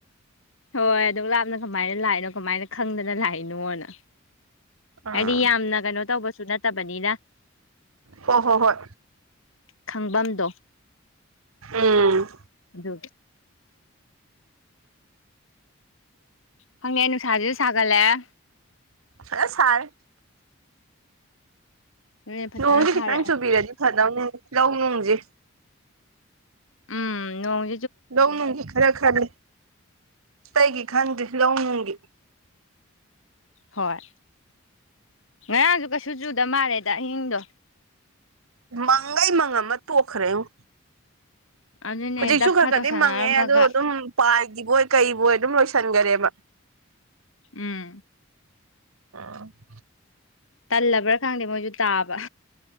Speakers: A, on the left; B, on the right.
A: ꯍꯣꯏ ꯑꯗꯨꯝ ꯂꯥꯞꯅ ꯀꯃꯥꯏꯅ ꯂꯥꯛꯏꯅꯣ ꯀꯃꯥꯏꯅ ꯈꯪꯗꯅ ꯂꯥꯛꯏꯅꯣꯅ
B: ꯑꯥ
A: ꯍꯥꯏꯗꯤ ꯌꯥꯝꯅ ꯀꯩꯅꯣ ꯇꯧꯕꯁꯨ ꯅꯠꯇꯕꯅꯤꯅ
B: ꯍꯣꯏ ꯍꯣꯏ ꯍꯣꯏ
A: ꯈꯪꯐꯝꯗꯣ
B: ꯎꯝ
A: ꯑꯗꯨꯒꯤ ꯈꯪꯗꯦ ꯑꯩ ꯅꯨꯡꯁꯥꯁꯤꯁꯨ ꯁꯥꯒꯠꯂꯛꯑꯦ
B: ꯐꯖꯅ ꯁꯔꯦ
A: ꯑꯗꯨꯅꯦ ꯐꯖꯅ
B: ꯅꯣꯡꯁꯦ
A: ꯁꯥꯔꯛꯑꯦ
B: ꯈꯤꯇꯪ ꯆꯨꯕꯤꯔꯗꯤ ꯐꯗꯧꯅꯤꯅꯦ ꯂꯧ- ꯅꯨꯡꯁꯦ
A: ꯎꯝ ꯅꯣꯡ
B: ꯂꯧ- ꯅꯨꯡꯒꯤ ꯈꯔ ꯈꯜꯂꯦ ꯑꯇꯩꯒꯤ ꯈꯟꯗ꯭ꯔꯤ ꯂꯧ- ꯅꯨꯡꯒꯤ
A: ꯍꯣꯏ ꯉꯔꯥꯡꯁꯨ ꯀꯩꯁꯨ ꯆꯨꯗ ꯃꯥꯜꯂꯦꯗ ꯑꯍꯤꯡꯗꯣ
B: ꯃꯪꯒꯩ ꯃꯪꯉꯝꯃ ꯇꯣꯛꯈ꯭ꯔꯦꯉꯣ
A: ꯑꯗꯨꯅꯦ
B: ꯍꯧꯖꯤꯛꯁꯨ
A: ꯗꯞꯈꯥ
B: ꯈ꯭ꯔ ꯈ꯭ꯔꯗꯤ
A: ꯇꯧꯁꯟꯅꯔꯝꯃꯒ
B: ꯃꯪꯉꯦ ꯑꯗꯣ ꯑꯗꯨꯝ ꯄꯥꯏꯈꯤꯕꯣꯏ ꯀꯔꯤꯕꯣꯏ ꯑꯗꯨꯝ ꯂꯣꯏꯁꯤꯟꯈꯔꯦꯕ
A: ꯎꯝ
B: <unintelligible>
A: ꯇꯜꯂꯕ꯭ꯔꯥ ꯈꯪꯗꯦ ꯃꯣꯏꯁꯨ ꯇꯥꯕ